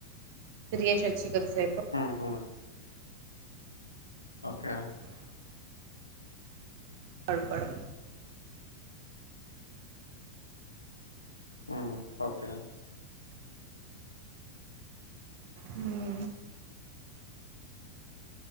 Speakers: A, on the right (about 50°); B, on the left (about 85°).
A: తిరగేసి వచ్చి కొద్దిసేపు
B: ఆహా ఓకే
A: <inaudible> పడుకోడం
B: ఊ ఓకే
A: హ్మ్మ్